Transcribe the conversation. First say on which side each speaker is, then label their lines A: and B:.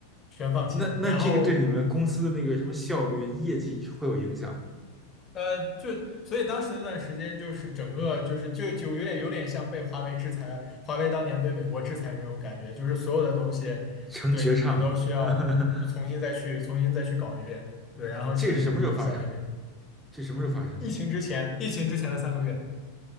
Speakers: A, on the left (about 25°); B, in the centre.
A: 全放弃。
B: 那那这个对你们公司的那个什么效率、
A: 然后
B: 业绩会有影响吗？
A: 呃，就所以当时那段时间就是整个就是就就有点有点像被华为制裁，华为当年被美国制裁那种感觉，就是所有的东西，
B: 成绝唱了。
A: 对你你都需要就重新再去重新再去搞一遍。
B: <laughs>
A: 对，然后其实就是影响还被
B: 这是什么时候发生的？这什么时候发生的？
A: 疫情之前，疫情之前的三个月。